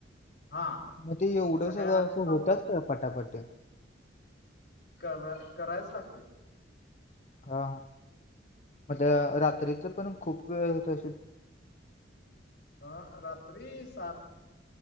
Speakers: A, on the left (about 65°); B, on the left (about 40°).
A: हा
B: मग ते एवढं
A: सकाळी
B: सगळं
A: आठ
B: असं
A: चालू
B: होतात
A: होतंय
B: का? पटापट.
A: करावं करावच लागतय.
B: हा मग रात्रीच पण खूप वेळ होत असेल?
A: आ रात्री सात